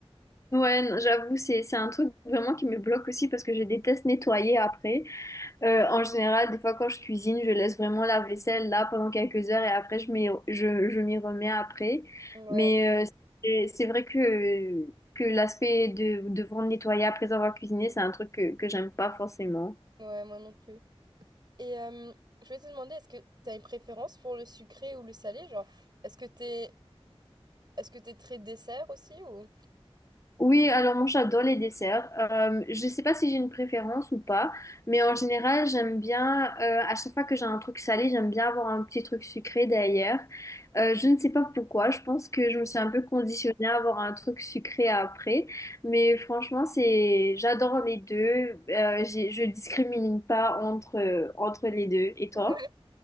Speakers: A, on the left; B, on the right.
A: Ouais, non, j'avoue, c'est c'est un truc vraiment qui me bloque aussi parce que je déteste nettoyer après. Euh, en général, des fois quand je cuisine, je laisse vraiment la vaisselle là pendant quelques heures et après je m'y je, je m'y remets après.
B: Ouais,
A: Mais euh, c'est c'est vrai que que l'aspect de devoir nettoyer après avoir cuisiné, c'est un truc que que j'aime pas forcément.
B: ouais, moi non plus. Et euh, je voulais te demander, est-ce que tu as une préférence pour le sucré ou le salé? Genre, est-ce que t'es, est-ce que t'es très dessert aussi ou...
A: Oui, alors moi j'adore les desserts. Euh, je sais pas si j'ai une préférence ou pas, mais en général j'aime bien, euh, à chaque fois que j'ai un truc salé, j'aime bien avoir un petit truc sucré derrière. Euh, je ne sais pas pourquoi, je pense que je me suis un peu conditionnée à avoir un truc sucré après, mais franchement c'est, j'adore les deux. Euh, j'ai- je discrimine pas entre, entre les deux. Et toi?
B: Ouais.